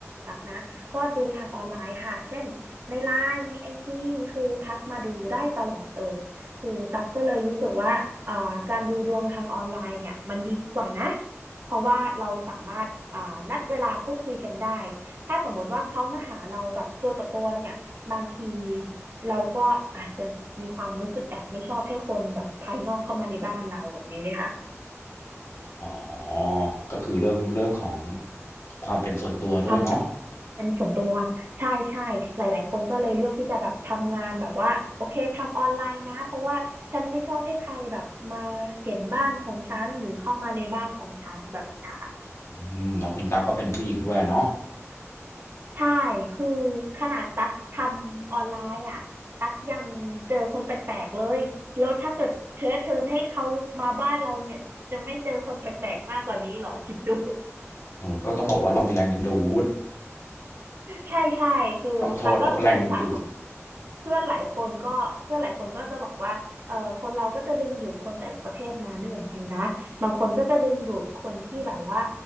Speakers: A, on the right (about 50°); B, on the left (about 65°).
A: ตักนะก็ดูทางออนไลน์ค่ะเช่นในไลน์ในไอจีคือทักมาดูได้ตลอดเลยคือตักก็เลยรู้สึกว่าอ่าการดูดวงทางออนไลน์เนี่ยมันดีกว่านะเพราะว่าเราสามารถอ่านัดเวลาพูดคุยกันได้ ถ้าสมมติว่าเขามาหาเราแบบตัวต่อตัวเนี่ยบางทีเราก็อาจจะมีความรู้สึกแอบไม่ชอบให้คนแบบภายนอกเข้ามาในบ้านเราแบบนี้เลยค่ะ
B: อ๋อก็คือเรื่องเรื่องของความเป็นส่วนตัวด้วยเนาะ
A: ความเป็นส่วนตัวใช่ใช่หลายๆคนก็เลยเลือกที่จะแบบทำงานแบบว่าโอเคทำออนไลน์นะเพราะว่าฉันไม่ชอบให้ใครแบบมาเห็นบ้านของฉันหรือเข้ามาในบ้านของฉันแบบเนี้ยค่ะ
B: อืมแล้วคุณตั๊กก็เป็นผู้หญิงด้วยอะเนาะ
A: ใช่ คือขนาดตั๊กทำออนไลน์อ่ะ ตั๊กยังเจอคนแปลกๆเลย แล้วถ้าเกิดเชื้อเชิญให้เขามาบ้านเราเนี่ย จะไม่เจอคนแปลกๆมากกว่านี้เหรอคิดดู
B: โอ้ก็ต้องบอกว่าเรามีแรงดึงดูด
A: ใช่ใช่คือตั๊กก็ปรึกษากับ
B: ต้องโทษว่าเขาแรงดึงดูด
A: เพื่อนหลายคนก็เพื่อนหลายคนก็จะบอกว่าเออคนเราก็จะดึงดูดคนแต่ละประเภทมาไม่เหมือนกันนะบางคนก็จะดึงดูดคนที่แบบว่า